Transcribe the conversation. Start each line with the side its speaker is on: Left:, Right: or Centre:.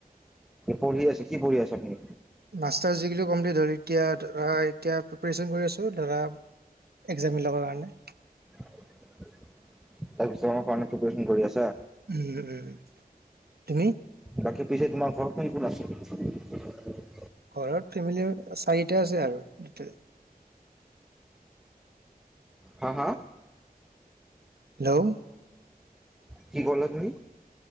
Centre: পঢ়ি আছে? কি পঢ়ি আছে আপুনি?
Right: মাষ্টাৰ ডিগ্ৰীটো কমপ্লিটল হ'ল, এতিয়া ধৰা এতিয়া প্ৰিপ্ৰিয়েচন কৰি আছোঁ ধৰা একজাম বিলাকৰ কাৰণে।
Centre: তাৰপিছত আমাৰ <unintelligible> কৰি আছা।
Right: উম উম তুমি?
Centre: বাকী পিছে তোমাৰ ঘৰত কোন কোন আছে।
Right: ঘৰত ফেমিলি আৰু চাৰিটা আছে আৰু য়াতে।
Centre: হা হা?
Right: হেল্ল'!
Centre: কি ক'লা তুমি?